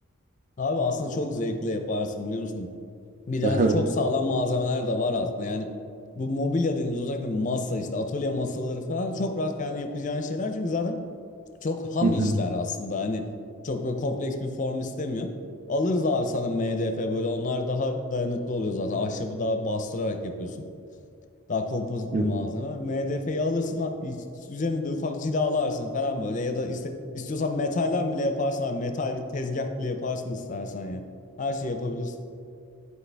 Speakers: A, on the left (about 35°); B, on the right (about 35°).
A: Abi aslında çok zevkle yaparsın biliyor musun? Bir de
B: Aha.
A: hani çok sağlam malzemeler de var aslında. Yani bu mobilya dediğimiz özellikle masa işte atölye masaları falan çok rahat kendi yapacağın şeyler. Çünkü zaten çok ham
B: Hı hı.
A: işler aslında hani çok böyle kompleks bir form istemiyor. Alırız abi sana MDF böyle onlar daha dayanıklı oluyor zaten. Ahşabı daha bastırarak yapıyorsun. Daha kompozit
B: Hı
A: bir
B: hı.
A: malzeme. MDF'yi alırsın ha- iç- üzerine de ufak cilalarsın falan böyle ya da işte istiyorsan metalden bile yaparsan abi, metal bir tezgah bile yaparsın istersen ya. Her şeyi yapabilirsin.